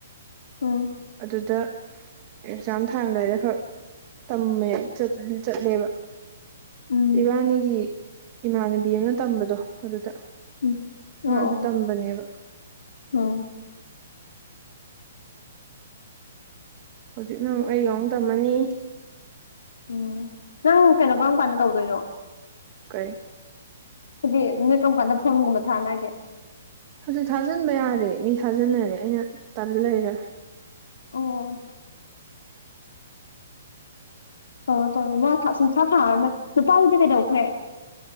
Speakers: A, on the left; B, on the right.
A: ꯎꯝ
B: ꯑꯗꯨꯗ ꯑꯦꯛꯖꯥꯝ ꯊꯥꯔꯝꯗꯥꯏꯗ ꯈꯛ ꯇꯝꯃꯦ ꯆꯠꯂꯦꯕ
A: ꯎꯝ
B: ꯏꯕꯥꯅꯤꯒꯤ ꯏꯃꯥꯟꯅꯕꯤ ꯑꯃꯅ ꯇꯝꯕꯗꯣ ꯑꯗꯨꯗ
A: ꯎꯝ ꯑꯣ
B: ꯃꯥꯁꯨ
A: ꯑꯣ
B: ꯇꯝꯕꯅꯦꯕ
A: ꯎꯝ
B: ꯍꯧꯖꯤꯛ ꯅꯪ ꯑꯩꯒꯛ ꯇꯝꯃꯅꯤ
A: ꯎꯝ ꯅꯪ ꯀꯩꯅꯣ ꯀꯔꯝ ꯀꯥꯟꯗ ꯇꯧꯗꯣꯏꯅꯣ
B: ꯀꯩ
A: ꯍꯥꯏꯗꯤ ꯅꯣꯏ ꯀꯔꯝ ꯀꯥꯟꯗ ꯐꯣꯟꯒꯨꯝꯕ ꯊꯥꯅꯒꯦ
B: ꯍꯧꯖꯤꯛ ꯊꯥꯖꯤꯟꯕ ꯌꯥꯔꯦ ꯃꯤ ꯊꯥꯖꯤꯟꯅꯔꯦ ꯑꯩꯅ ꯇꯜ ꯂꯩꯔꯔꯣꯏ
A: ꯑꯣ ꯑꯣꯧ ꯇꯧꯔ ꯃꯥ ꯁꯨꯝꯊ꯭ꯔꯥ ꯊꯥꯔꯝꯃ ꯅꯨꯨꯄꯥꯕꯨꯗꯤ ꯀꯩꯗꯧꯈ꯭ꯔꯦ